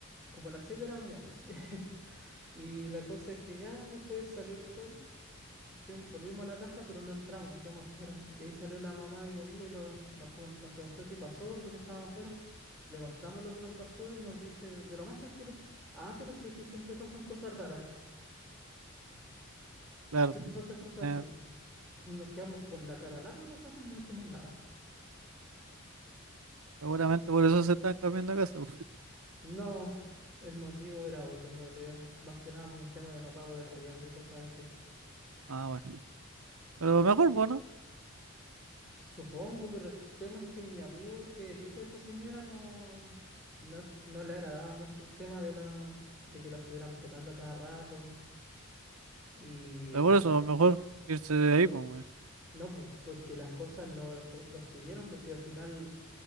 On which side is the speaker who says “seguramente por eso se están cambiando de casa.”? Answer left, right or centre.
Right